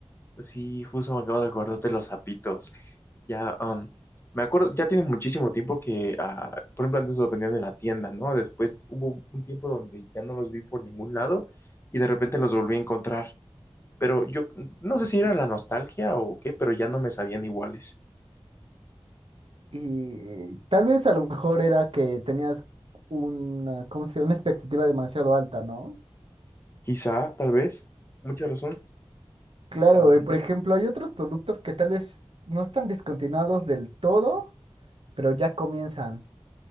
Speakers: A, on the left (about 25°); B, on the right (about 60°).
A: Sí, justo me acabo de acordar de los zapitos. Ya, am, me acuerdo, ya tiene muchísimo tiempo que, ah, por ejemplo, antes los vendían en la tienda, ¿no? Después hubo un tiempo donde ya no los vi por ningún lado y de repente los volví a encontrar. pero yo no sé si era la nostalgia o qué, pero ya no me sabían iguales.
B: Y tal vez a lo mejor era que tenías una, ¿cómo se llama? una expectativa demasiado alta, ¿no?
A: Quizá, tal vez, mucha razón.
B: Claro,
A: Ah,
B: eh, por ejemplo, hay otros productos que tal vez no están descontinuados del todo, pero ya comienzan